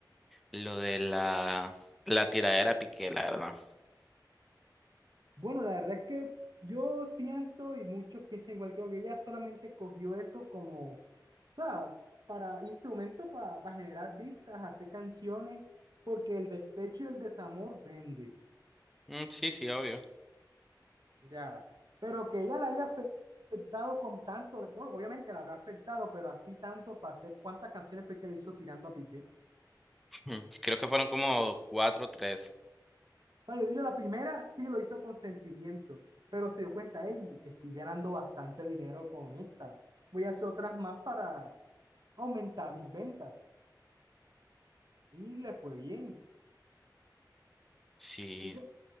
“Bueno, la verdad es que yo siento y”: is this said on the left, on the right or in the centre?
Right